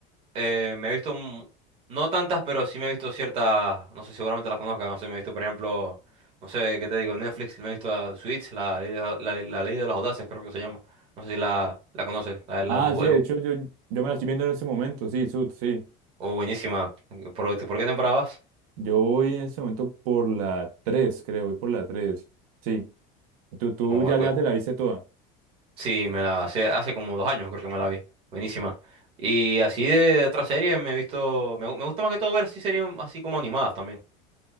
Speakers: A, on the right; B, on the right.
A: eh, me he visto, un- no tantas, pero sí me he visto ciertas, no sé, seguramente las conozcas, no sé, me he visto, por ejemplo, no sé, ¿qué te digo? Netflix, me he visto a Suits, la, ley de la, la- ley de los audaces, creo que se llama. No sé si la, la conoces, la, la-
B: Ah,
A: bu-
B: sí,
A: el-
B: de hecho yo, yo me la estoy viendo en este momento, sí, Sud, sí.
A: oh, buenísima. ¿Por, este, por qué temporada vas?
B: Yo voy en este momento por la 3, creo, voy por la 3, sí. Tú, tú
A: No,
B: ya,
A: bu-
B: ya te la viste toda.
A: sí, me la hace, hace como dos años creo que me la vi, buenísima. Y así de otras series me he visto, me, gu- me gusta más que todo ver sí series así como animadas también.